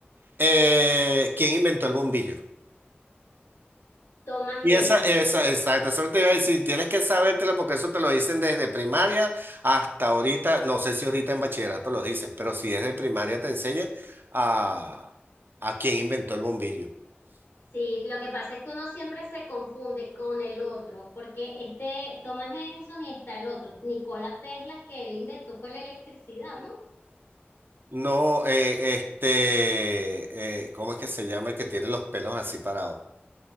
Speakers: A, on the right; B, on the left.
A: Eh, ¿quién inventó el bombillo?
B: Thomas
A: Y
B: Edison.
A: esa, esa, exacto, eso te iba a decir, tienes que sabértela porque eso te lo dicen desde primaria hasta ahorita, no sé si ahorita en bachillerato lo dicen, pero si es de primaria te enseña a, a quién inventó el bombillo.
B: Sí, lo que pasa es que uno siempre se confunde con el otro, porque este Thomas Edison y está el otro, Nikola Tesla, que él inventó fue la electricidad, ¿no?
A: No, eh, este, eh, ¿cómo es que se llama el que tiene los pelos así parados?